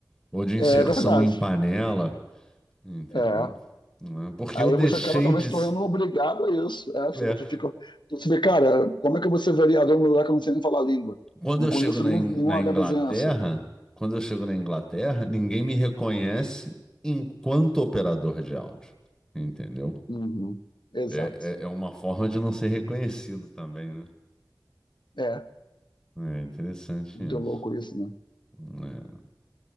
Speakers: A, in the centre; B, on the left.
A: ou de inserção
B: é, é é verdade.
A: em panela, entendeu?
B: É.
A: Né? Porque
B: Aí
A: eu deixei
B: você acaba talvez
A: de.
B: se tornando obrigado a isso. É, você
A: é,
B: você fica, você vê, cara, como é que eu vou ser vereador num lugar que eu não sei nem falar a língua?
A: Quando
B: Não
A: eu
B: conheço
A: chego na,
B: nenhum,
A: In-
B: nenhuma
A: na Inglaterra,
B: da vizinhança.
A: quando eu chego na Inglaterra, ninguém me reconhece enquanto operador de áudio, entendeu?
B: Uhum. Exato.
A: É, é, é uma forma de não ser reconhecido também, né?
B: É,
A: É interessante
B: muito
A: isso.
B: louco isso, né?
A: né?